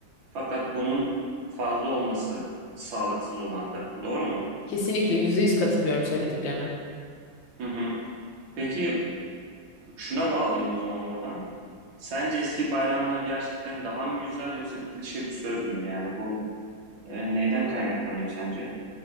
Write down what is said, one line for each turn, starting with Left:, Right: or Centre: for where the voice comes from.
Right: Fakat bunun fazla olması sağlıksız olan tarafı, doğru mu?
Left: Kesinlikle yüzde yüz katılıyorum söylediklerine.
Right: Hı hı. Peki şuna bağlayayım o zaman oradan. Sence eski bayramlar gerçekten daha mı güzel yoksa klişe bir söz mü? Yani bu e, neyden kaynaklanıyor sence?